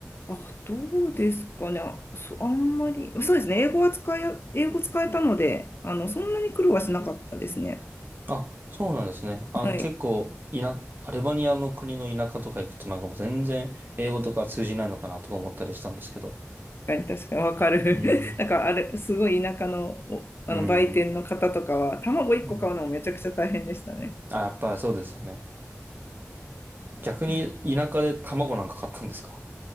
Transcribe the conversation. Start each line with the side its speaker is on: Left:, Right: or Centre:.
Left: あ、どうですかね。あ、そ、あんまり、そうですね。英語は使い、英語使えたので、あの、そんなに苦労はしなかったですね。
Right: あ、そうなんですね。あの、
Left: はい。
Right: 結構、いな、アルバニアの国の田舎とか行くとなんかもう全然英語とか通じないのかなとか思ったりしたんですけど。
Left: 確かに、確かに、わかる。
Right: うん。
Left: <laughs> なんか、あれ、すごい田舎の、おあの、
Right: うん。
Left: 売店の方とかは、卵1個買うのもめちゃくちゃ大変でしたね。
Right: うん。あ、やっぱそうですよね。逆に田舎で卵なんか買ったんですか
Left: うん